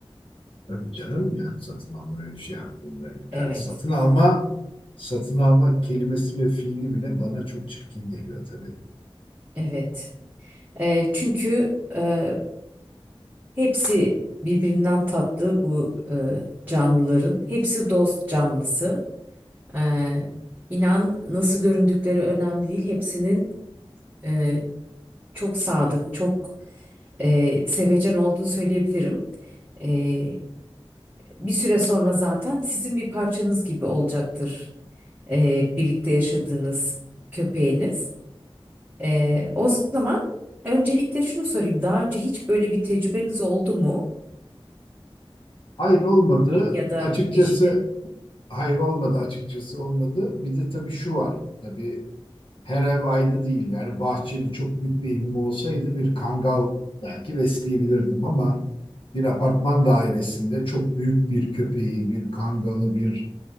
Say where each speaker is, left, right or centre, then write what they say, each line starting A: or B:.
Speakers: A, on the left; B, on the right.
A: Tabii canım yani satın alma öyle bir şey aklımda. Yani
B: Evet,
A: satın alma, satın alma kelimesi ve fiili bile bana çok çirkin geliyor tabii.
B: evet. Ee, çünkü e, hepsi birbirinden tatlı bu e, canlıların. Hepsi dost canlısı. Ee, inan nasıl göründükleri önemli değil. Hepsinin e, çok sadık, çok e, sevecen olduğunu söyleyebilirim. E, Bir süre sonra zaten sizin bir parçanız gibi olacaktır e, birlikte yaşadığınız köpeğiniz. E, o zaman öncelikle şunu sorayım. Daha önce hiç böyle bir tecrübeniz oldu mu?
A: Hayır olmadı.
B: Ya da
A: Açıkçası
B: eşinin?
A: Hayır olmadı açıkçası olmadı. Bir de tabii şu var. Tabii her ev aynı değil. Yani bahçeli çok büyük bir evim olsaydı bir kangal belki besleyebilirdim ama bir apartman dairesinde çok büyük bir köpeği, bir kangalı, bir